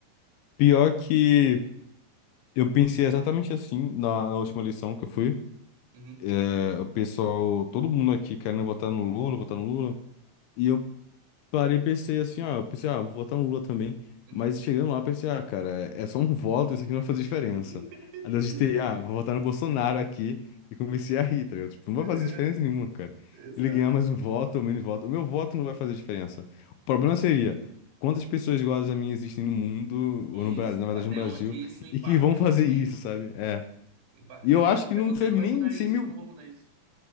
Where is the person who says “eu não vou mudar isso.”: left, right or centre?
Right